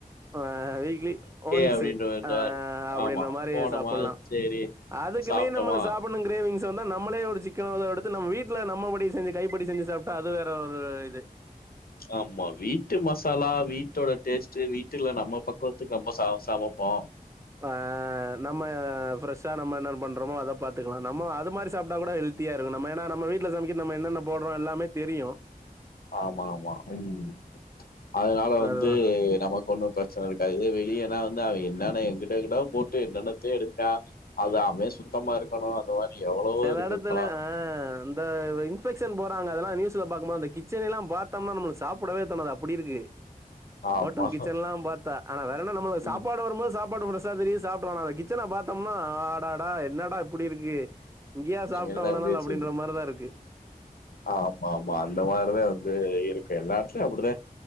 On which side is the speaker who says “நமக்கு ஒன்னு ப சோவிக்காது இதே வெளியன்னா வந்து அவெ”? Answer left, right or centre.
Left